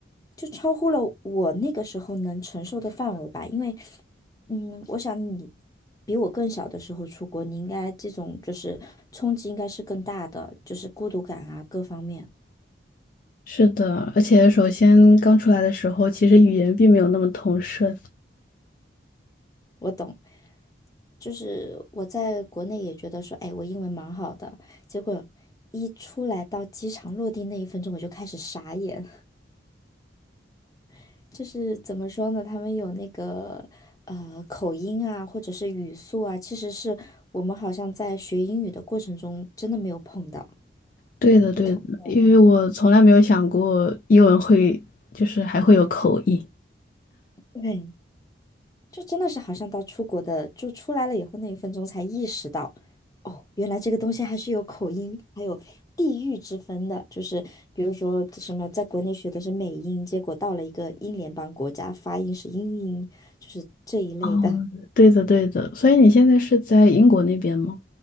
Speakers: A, on the left; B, on the left.
A: 就超乎了我那个时候能承受的范围吧。因为，嗯，我想你比我更小的时候出国，你应该这种就是冲击应该是更大的，就是孤独感啊各方面。
B: 是的，而且首先刚出来的时候，其实语言并没有那么通顺。
A: 我懂。就是我在国内也觉得说，哎，我英文蛮好的，结果一出来到机场落地那一分钟，我就开始傻眼。<laughs> 就是怎么说呢？他们有那个呃口音啊，或者是语速啊，其实是我们好像在学英语的过程中真的没有碰到，
B: 对的，
A: 不同的。
B: 对的，因为我从来没有想过英文会，就是还会有口音。
A: <laughs> 对，就真的是好像到出国的，就出来了以后那一分钟才意识到，哦，原来这个东西还是有口音，还有地域之分的。就是比如说什么，在国内学的是美音，结果到了一个英联邦国家，发音是英音，就是这一类的。
B: 哦，对的，对的。所以你现在是在英国那边吗？